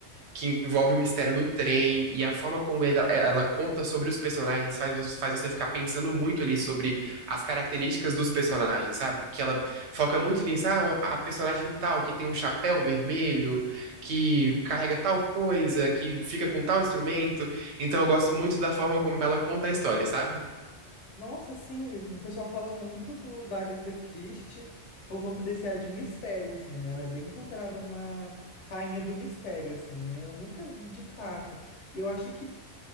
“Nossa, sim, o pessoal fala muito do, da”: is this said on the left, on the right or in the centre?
Left